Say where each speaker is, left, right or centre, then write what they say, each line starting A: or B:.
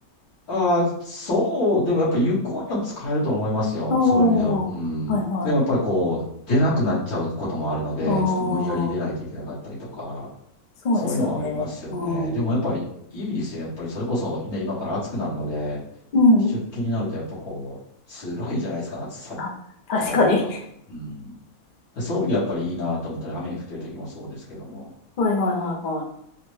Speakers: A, on the left; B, on the left.
A: ああ、そう、でもやっぱ有効には使えると思いますよ。
B: ああ、
A: そういう意味では。うん。
B: はいはい。
A: でもやっぱりこう、出なくなっちゃうこともあるので、
B: あ
A: ちょっと無理やり出ないといけなかったりとか、
B: あ、そうですよね。
A: そういうのはありますよね。
B: うん。
A: でもやっぱりいいですよ。やっぱりそれこそね、今から暑くなるので、
B: うん。
A: 出勤になるとやっぱこう、辛いじゃないですか、暑さ
B: あ、確かに。
A: 耐えるのが。うん。そういう意味でやっぱりいいなと思ったり、雨に降ってる時もそうですけども、
B: <laughs> はいはいはいは